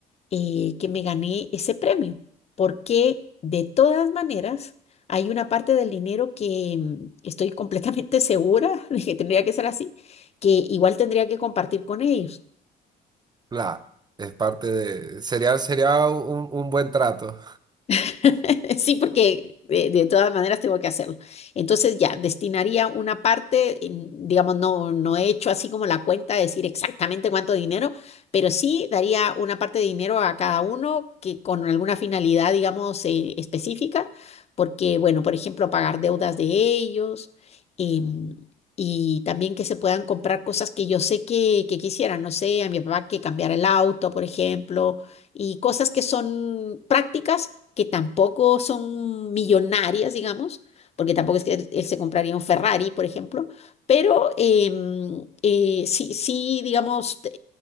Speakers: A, on the left; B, on the right.
A: eh, que me gané ese premio, porque de todas maneras hay una parte del dinero que mm, estoy completamente <laughs> segura de que tendría que ser así, que igual tendría que compartir con ellos.
B: Claro, es parte de, sería, sería un un buen trato.
A: <laughs> Sí, porque de, de todas maneras tengo que hacerlo. Entonces ya, destinaría una parte, en- digamos, no, no he hecho así como la cuenta de decir exactamente cuánto dinero, pero sí daría una parte de dinero a cada uno que con alguna finalidad, digamos, eh, específica, porque, bueno, por ejemplo, pagar deudas de ellos. em, Y también que se puedan comprar cosas que yo sé que, que quisieran, no sé, a mi papá que cambiara el auto, por ejemplo, y cosas que son prácticas que tampoco son millonarias, digamos, porque tampoco es que él, él se compraría un Ferrari, por ejemplo, pero em, eh, sí, sí, digamos, eh,